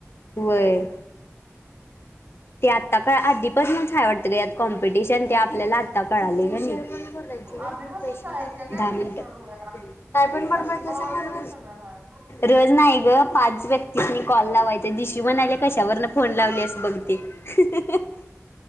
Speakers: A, on the left; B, on the right.
A: व्हय. ते आत्ता कळल आधीपासनच हाय वाटत. त कॉम्पिटिशन ते आपल्याला आता कळालय <unintelligible> व्हय
B: आधीपासूनच आहे ते काय
A: दहा
B: नाही
A: मिनट
B: सोड होय
A: काय पण बडबडतासा
B: नशिबावर
A: मग
B: पण सगळं हाय.
A: रोज नाही नाही ग पाच व्यक्ती तिस कॉल लावायच दिशु म्हणालिया कशावरन फोन लावली अस बघते. <unintelligible>